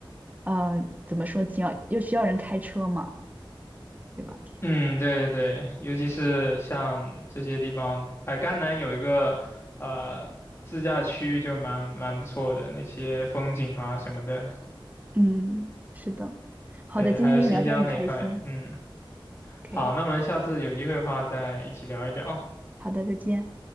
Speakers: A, on the right; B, on the left.
A: 呃，怎么说，挺要又需要人开车嘛，对吧？
B: 嗯，对对对，尤其是像这些地方，哎，甘南有一个呃自驾区，就蛮蛮不错的，那些风景啊什么的。
A: 嗯，是的。好的，
B: 对，
A: 今天跟你聊天很开心。
B: 还有新疆那一块，嗯。
A: OK，
B: 好，那么下次有机会的话再一起聊一聊。
A: 好的，再见。